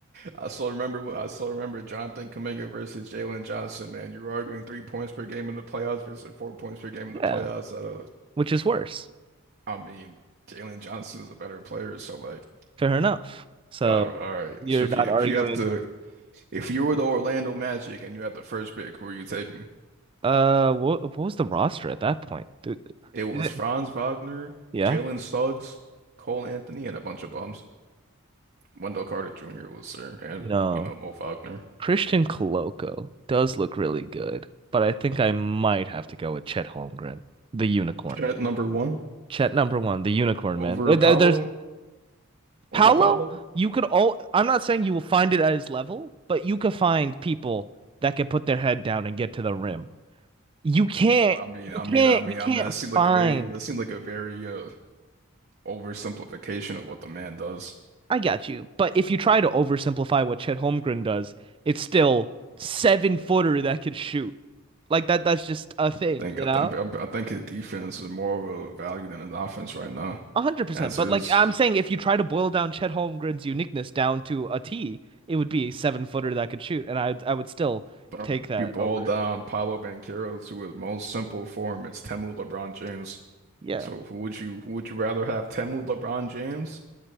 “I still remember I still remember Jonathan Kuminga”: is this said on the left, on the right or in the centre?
Right